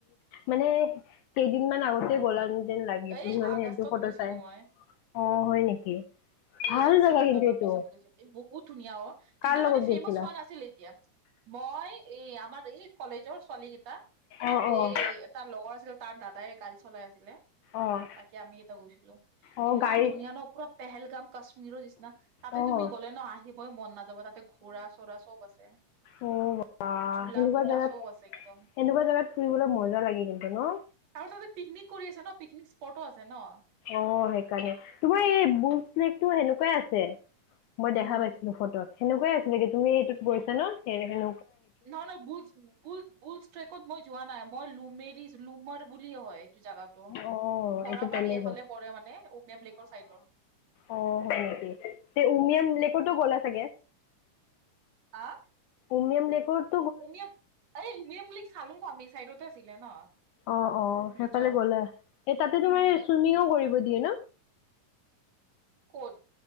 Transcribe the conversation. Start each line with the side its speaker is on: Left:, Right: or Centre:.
Left: মানে কেইদিনমান আগতেই গ'লা যেন যেন লা গে,
Right: এই
Left: যোনমানে
Right: আগষ্টত
Left: সেইটো ফটো
Right: গৈছিলো
Left: চায়।
Right: মই
Left: অঁ হয় নেকি?
Right: এই
Left: ভাল
Right: ৰাক্সা
Left: জাগা
Right: বন্ধনৰ
Left: কিন্তু এইটো
Right: পিছত গৈছে। এ বহুত ধুনীয়া ও,
Left: কাৰ
Right: তেতিয়া
Left: লগত
Right: মানে
Left: গৈছিলা?
Right: ফেমাচ হোৱা নাছিলে তেতিয়া। মই, এই আমাৰ এই কলেজৰ ছোৱালীকেইটা
Left: অ',
Right: আৰু
Left: অ',
Right: এই তাৰ লগৰ আছিলে, তাৰ দাদাই গাড়ী চলাই আছিলে।
Left: অ',
Right: বাকী আমি ইয়াপা গৈছিলো।
Left: অ',
Right: ইমান
Left: গাড়ীত
Right: ধুনীয়া ন, পুৰা পেহেলগাম কাশ্মীৰৰ নিচিনা তাতে
Left: অ',
Right: তুমি গ'লে ন আহিবই মন নাযাব, তাতে ঘোৰাঁ চোৰা চব আছে।
Left: অঁ বা,
Right: ঝোলা
Left: সেনেকুৱা
Right: তোলা
Left: জাগাত
Right: চব আছে একদম
Left: সেনেকুৱা জাগাত ফুৰিবলৈ মজা লাগে কিন্তু ন।
Right: আৰু তাতে পিকনিক কৰি আছে ন, পিকনিক স্পটো আছে ন।
Left: অঁ সেইকাৰণে, তোমাৰ এই বুকপ্লেটটো সেনেকুৱাই আছে। মই
Right: উম
Left: দেখা পাইছিলো ফটোত, সেনেকুৱাই আছিলে কি তুমি এইটোত গৈছা ন সেনে সেন
Right: নহয় নহয়, বুজ বুজ বুজষ্ট্ৰেকত মই যোৱা নাই। মই লোমেৰি লুমত বুলিয়ে হয় এইটো জাগাতো।
Left: অ'
Right: বৰাপানী
Left: এইটো বেলেগ
Right: এইফালে
Left: হয়
Right: পৰে মানে, উমিয়াম লেকৰ চাইডত।
Left: অঁ হয় নেকি? তে' উমিয়াম লেকটো গ'লা চাগে।
Right: হা
Left: উমিয়াম লেকত।
Right: উমিয়াম এই উমিয়াম লেক চালো ন আমি, চাইডতে আছিলে ন।
Left: অঁ অঁ,
Right: ব্ৰিজত
Left: সেইফালে গলা এই তাতে
Right: উম,
Left: তোমাৰ চুইমিংও কৰিব দিয়ে ন।
Right: ক'ত